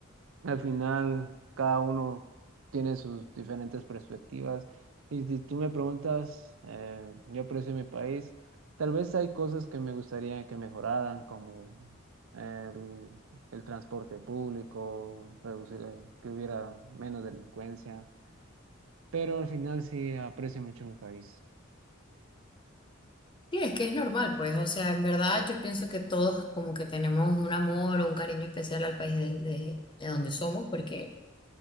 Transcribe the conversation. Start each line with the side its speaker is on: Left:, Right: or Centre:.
Right: Al final, cada uno tiene sus diferentes perspectivas. Y si tú me preguntas, eh, yo aprecio mi país. Tal vez hay cosas que me gustaría que mejoraran, como el, el transporte público, reducir, eh, que hubiera menos delincuencia. Pero al final sí aprecio mucho mi país.
Left: Sí, es que es normal, pues, o sea, en verdad yo pienso que todos como que tenemos un amor o un cariño especial al país de, de- de donde somos, porque